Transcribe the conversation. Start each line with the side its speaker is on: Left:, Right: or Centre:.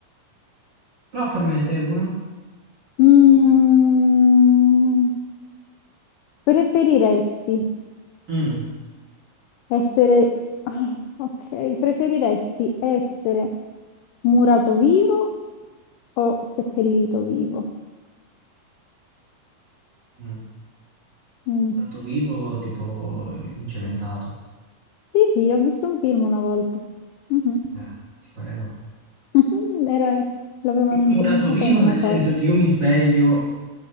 Right: Prova a farmene te una.
Left: Mm, preferiresti
Right: Mm.
Left: essere... <laughs> ah, ok, preferiresti essere murato vivo o seppellito vivo?
Right: Mm.
Left: Mm.
Right: Dato vivo, tipo incementato.
Left: Sì, sì, ho visto un film una volta. Mhm.
Right: Eh, ti pareva?
Left: <laughs> Era- L'avevano incementata
Right: Murato vivo
Left: in una
Right: nel senso
Left: torre.
Right: che io mi sveglio,